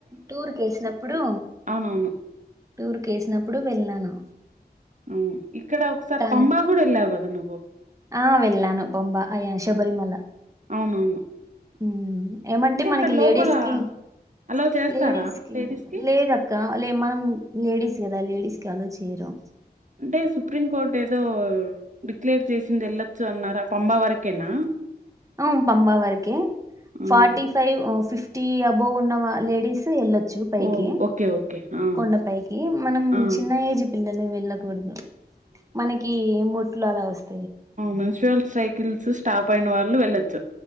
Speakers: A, on the right; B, on the right.
A: టూర్ కి ఏసినప్పుడు
B: అవును
A: టూర్కి ఏస్నప్పుడు వెళ్ళను
B: అవును ఇక్కడ ఒకసారి
A: తా
B: పంబా
A: న్
B: కూడా వెళ్ళావు కదా నువ్వు
A: ఆ వెళ్ళను పొంబ అయ శబరిమళ
B: అవునవును
A: హు మ్ ఏమంటి
B: అంటే
A: మనకి
B: అక్కడ లోపల
A: లేడీస్కి
B: అలో చేస్తారా
A: లేడీస్కి
B: లేడీస్ కి
A: లేద్ అక్క లే మనం లేడీస్ గా లేేడీస్కి అలో చేయిరా
B: అంటే సుప్రీం కోర్ట్ ఏదో అర్ డిక్లేర్ చేసింది ఎళ్ళొచ్చు అన్నారా పంబా వరకేనా
A: అవ్ పంబా వరకే
B: హ్మ్
A: forty five fifty above ఉన్న వాళ్ళ్ లేడీసే ఏళ్ళొ చూప్ పైకి
B: ఓ ఓకే ఓకే ఆ
A: కొండ పైకి మనం
B: ఆ
A: చిన్న ఏజ్ పిల్ల అలా వెళ్ళకూడదు మనకి ముట్లు అలా ఒస్త్
B: మున్సివాల్ సైకిల్స్ స్టాప్ అయిన వాళ్ళు వెళ్లొచ్చు.